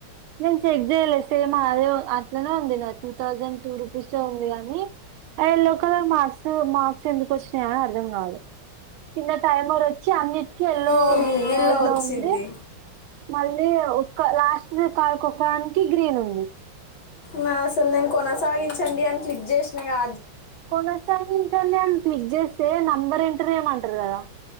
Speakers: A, on the right; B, on the left.
A: నేను చెక్ చేయలే సేమ్ అదే అట్లనే ఉంది నా టూ థౌజండ్ టూ రూపీస్ే ఉంది గానీ అ ఎల్లో కలర్ మార్స్ మ ఎందుకు వచ్చినాయా అర్థం కావట్లేదు నిన్న టైమర్ వచ్చి అనిటికి లో
B: మ్మ్, ఎల్లో
A: హోల్డ్
B: వచ్చింది
A: లో ఉంది మళ్ళీ ఒ లాస్ట్ కాకొకరానికి గ్రీన్ ఉంది
B: నా అసలు నేను కొనసాగించండి అని క్లిక్ చేసినగా
A: కొనసాయిని అ క్లిక్ చేస్తే నెంబర్ ఎంటర్ చే యమంటారు కదా